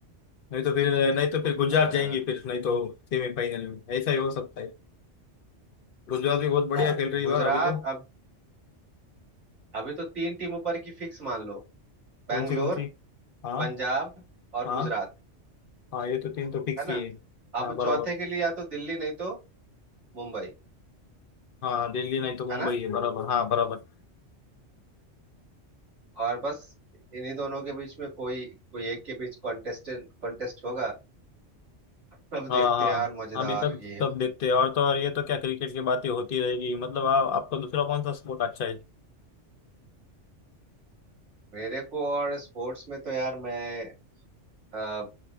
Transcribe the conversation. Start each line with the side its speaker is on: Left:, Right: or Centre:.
Left: नहीं तो फिर नहीं तो फिर गुजरात
Right: अ,
Left: जाएंगी फिर नहीं तो सेमीफाइनल में ऐसा ही हो सकता है गुजरात भी बहुत बढ़िया
Right: हाँ
Left: खेल रही है
Right: गुजरात
Left: बार अभी तो
Right: अब अभी तो तीन टीम ऊपर की फिक्स मान लो बैंगलोर
Left: कौन सी कौन सी हाँ
Right: पंजाब और
Left: हाँ
Right: गुजरात
Left: हाँ ये तो तीन तो फिक्स
Right: है ना
Left: ही है हाँ
Right: अब
Left: बराबर
Right: चौथे के लिए या तो दिल्ली नहीं तो मुंबई
Left: हाँ दिल्ली नहीं तो मुंबई
Right: है ना
Left: है बराबर हाँ बराबर
Right: और बस इन्हीं दोनों के बीच में कोई कोई एक के बीच कॉन्टेस्टेंट कॉन्टेस्ट होगा तब
Left: हाँ
Right: देखते
Left: हाँ
Right: हैं यार मजेदार
Left: अभी तक
Right: गेम
Left: सब देखते हैं और तो और ये तो क्या क्रिकेट की बातें होती रहेगी मतलब आ, आपको दूसरा कौन सा स्पोर्ट अच्छा है
Right: मेरे को और स्पोर्ट्स में तो यार मैं अ,